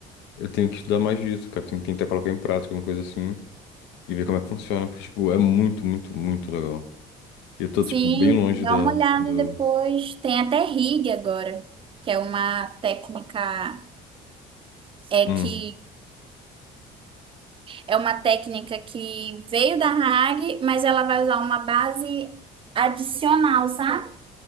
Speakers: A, on the left; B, on the right.
A: Eu tenho que estudar mais disso, cara. Tenho que tentar colocar em prática alguma coisa assim e ver como é que funciona, porque, tipo, é muito, muito, muito legal. E eu tô,
B: Sim,
A: tipo, bem longe
B: dá
A: da,
B: uma olhada
A: do...
B: depois. Tem até RIG agora, que é uma técnica. É
A: Hum.
B: que é uma técnica que veio da RAG, mas ela vai usar uma base adicional, sabe?